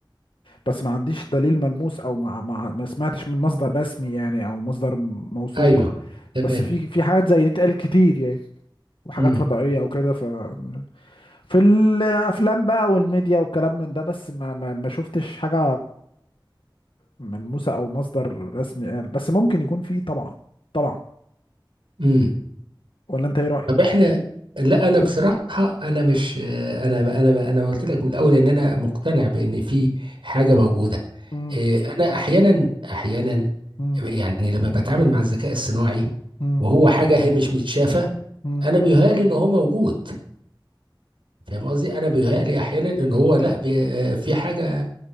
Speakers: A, on the left; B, on the right.
A: بس ما عنديش دليل ملموس أو ما, ما, ما سمعتش من مصدر رسمي يعني أو مصدر م- موثوق
B: ايوه تمام
A: بس في في حاجات زي دي اتقالت كتير يعني وحاجات
B: امم
A: فضائية وكده فمش في الافلام بقى والميديا والكلام من ده بس ما ما ما شفتش حاجه ملموسه او مصدر رسمي قال بس ممكن يكون فيه طبعا طبعا
B: امم
A: ولا انت ايه رايك
B: طب احنا لا انا بصراحه انا مش آه، انا انا انا قلت لك من الاول ان انا مقتنع بان في حاجه موجوده
A: مم،
B: إيه، انا احيانا احيانا
A: مم،
B: يعني لما بتعامل مع الذكاء الصناعي
A: مم،
B: وهو حاجه هي مش متشافه
A: مم،
B: انا بيهيألي ان هو موجود فاهم قصدي انا بيهيألي احيانا ان هو لا بي آه، في حاجه